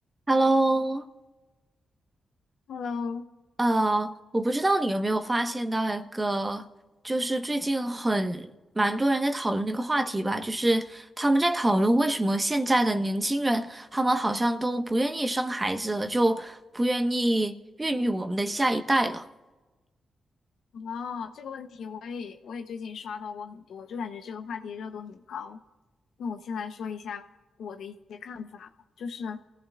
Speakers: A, on the right; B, on the left.
A: Hello，
B: Hello，
A: 呃，我不知道你有没有发现到一个，就是最近很蛮多人在讨论的一个话题吧，就是他们在讨论为什么现在的年轻人，他们好像都不愿意生孩子了，就不愿意孕育我们的下一代了。
B: 哦，这个问题我也我也最近刷到过很多，就感觉这个话题热度很高。那我先来说一下我的一些看法吧，就是，